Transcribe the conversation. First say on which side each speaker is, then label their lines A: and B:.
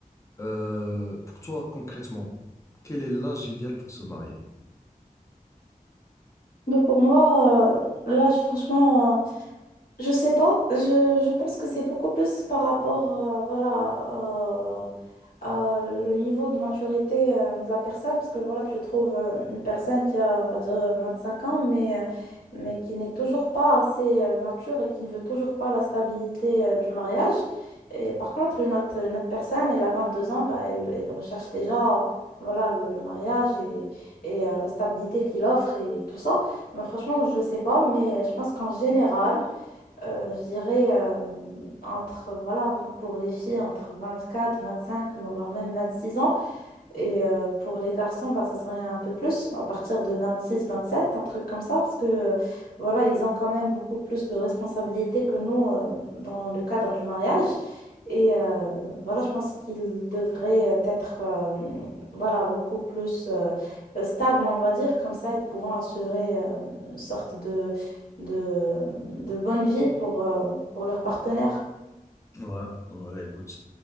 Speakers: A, on the left; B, on the left.
A: Euh, pour toi, concrètement, quel est l'âge idéal pour se marier?
B: Mais pour moi, euh, là, je- franchement, euh, je sais pas. Je, je pense que c'est beaucoup plus par rapport, euh, voilà, euh, à le niveau de maturité euh, de la personne, parce que voilà, tu trouves euh, une personne qui a, on va dire, euh, 25 ans, mais, euh, mais qui n'est toujours pas assez euh, mature et qui ne veut toujours pas la stabilité euh, du mariage. Et par contre, une autre, une autre personne, elle a 22 ans, bah, elle, elle recherche déjà voilà, le, le mariage et, et euh, la stabilité qu'il offre et tout ça. Bah, franchement, je sais pas, mais euh, je pense qu'en général, euh, je dirais euh, entre, voilà, pour les filles, entre 24, 25, mais voire même 26 ans. Et euh, pour les garçons, bah, ça serait un peu plus, à partir de 26, 27, un truc comme ça, parce que euh, voilà, ils ont quand même beaucoup plus de responsabilités que nous euh, dans le cadre du mariage. Et euh, voilà, je pense qu'ils devraient être euh, voilà, beaucoup plus euh, stables, on va dire, comme ça, ils pourront assurer euh, une sorte de, de, de bonne vie pour, euh, pour leur partenaire.
A: Ouais, ouais, écoute,